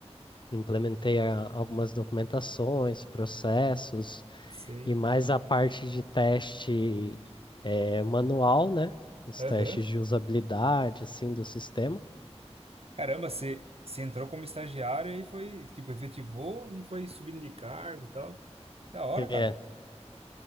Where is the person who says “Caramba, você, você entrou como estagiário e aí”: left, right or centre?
Right